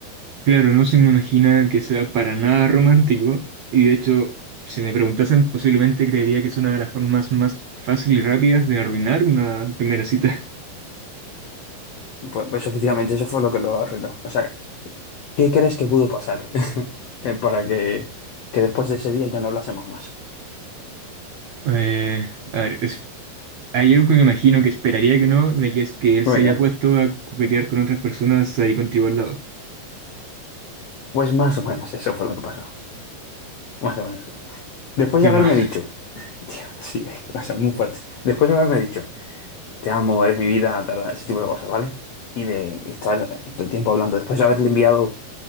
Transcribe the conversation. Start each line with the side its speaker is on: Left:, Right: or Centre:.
Right: Claro, no se me imagina que sea para nada romántico y de hecho, si me preguntasen, posiblemente creería que es una de las formas más fáciles y rápidas de arruinar una primera cita. <laughs>
Left: Pues, pues efectivamente, eso fue lo que lo arruinó. O sea, ¿qué crees que pudo pasar <laughs> eh, para que, que después de ese día ya no hablásemos más?
Right: Eh, a ver, es- hay algo que me imagino que esperaría que no, de que es que él
Left: Venga,
Right: se haya puesto a coquetear con otras personas ahí contigo al lado.
Left: pues más o menos eso fue lo que pasó. Más o menos eso. Después
Right: Y
Left: de
Right: además,
Left: haberme dicho. Tío, Sí, <laughs> o sea, muy fuerte. Después una vez me ha dicho, te amo, eres mi vida, tal, ese tipo de cosas, ¿vale? Y de estar todo el tiempo hablando. Después de haberle enviado